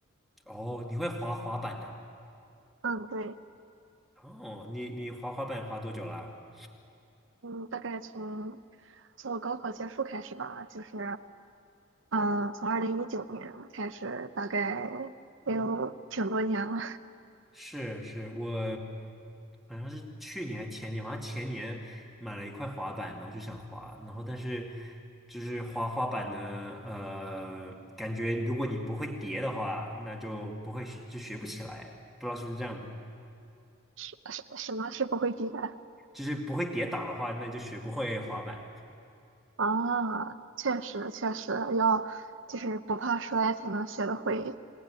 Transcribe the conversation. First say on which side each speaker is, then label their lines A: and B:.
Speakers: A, in the centre; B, on the right.
A: 哦，你会滑滑板呐、
B: 嗯，对，
A: 哦，你你滑滑板滑多久啦、
B: 嗯，大概从从我高考结束开始吧，就是嗯，呃从二零一九年开始，大概也有挺多年了。
A: 嗯，是是，我好像是去年还前年，好像前年买了一块滑板，然后就想滑，然后但是就是滑滑板呢，呃，感觉如果你不会叠的话，那就不会学就学不起来，不知道是不是这样的
B: <laughs> 什什么是不会比的
A: 就是不会跌倒的话，那就学不会滑板。
B: 啊？确实，确实要就是不怕摔才能学得会。